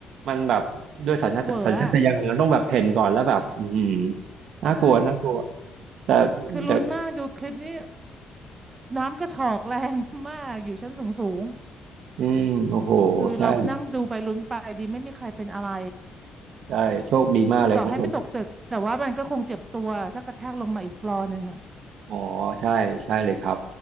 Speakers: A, on the right; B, on the right.
A: มันแบบด้วยสัญชาตสัญชาตญาณมันต้องแบบเพ่นก่อนแล้วแบบอือหือ
B: เหวออ่ะ
A: น่ากลัวน่ากลัว
B: ใช่
A: แต่
B: คือลุ้นมากดูคลิปนี้
A: แต่
B: น้ำกระฉอกแรงมากอยู่ชั้นสูงสูง
A: อืมโอ้โหใช่
B: คือเราก็นั่งดูไปลุ้นไปดีไม่มีใครเป็นอะไร
A: ใช่โชคดีมากเลยของผม
B: คือต่อให้ไม่ตกตึกแต่ว่ามันก็คงเจ็บตัวถ้ากระแทกลงมาอีกฟลอร์หนึ่งอ่ะ
A: อ๋อใช่ใช่เลยครับ